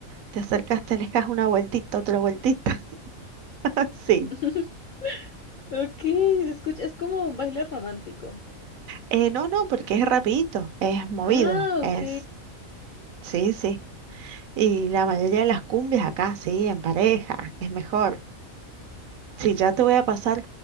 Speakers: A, on the right (about 80°); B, on the left (about 60°).
A: te acercas, te alejas una vueltita, otra vueltita, <laughs> sí.
B: <laughs> Ok, se escucha, es como un baile romántico.
A: Eh, no, no, porque es rapidito, es movido,
B: Ah,
A: es...
B: ok.
A: Sí, sí. Y la mayoría de las cumbias acá, sí, en pareja, es mejor. Sí, ya te voy a pasar